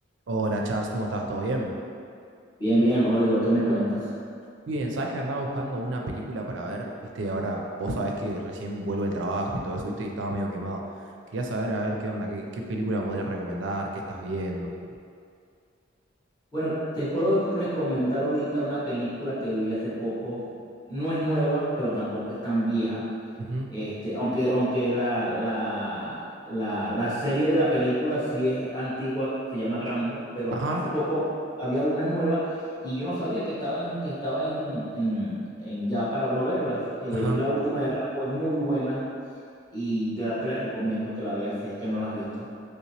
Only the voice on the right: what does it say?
Hola Charles, ¿cómo estás? ¿Todo bien?
Bien, sabes que andaba buscando una película para ver, viste, ahora vos sabés que recién vuelvo del trabajo y todo eso, viste, y estaba medio quemado. Quería saber, a ver, qué onda, qué, qué película me podrías recomendar, qué estás viendo.
Ujú.
Ajá,
ajá.